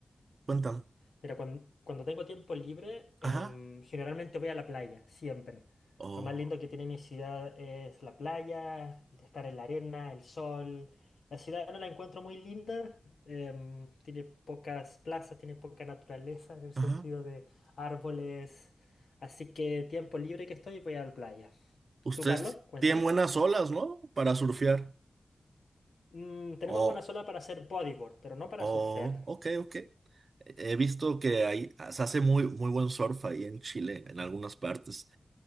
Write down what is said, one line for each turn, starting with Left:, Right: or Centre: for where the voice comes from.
Right: Cuéntame.
Left: Mira, cuando, cuando tengo tiempo libre,
Right: Ajá.
Left: em, generalmente voy a la playa, siempre.
Right: Oh,
Left: Lo más lindo que tiene mi ciudad es la playa, el estar en la arena, el sol. La ciudad no la encuentro muy linda, em, tiene pocas plazas, tiene poca naturaleza en el
Right: ajá.
Left: sentido de árboles. Así que tiempo libre que estoy, voy a la playa.
Right: Ustedes
Left: ¿Tú, Carlos? Cuéntame.
Right: tienen buenas olas, ¿no? Para surfear.
Left: Mm, tenemos
Right: Oh,
Left: buena sola para hacer bodyboard, pero no para
Right: oh,
Left: surfear.
Right: ok, ok. He visto que ahí se hace muy, muy buen surf ahí en Chile, en algunas partes.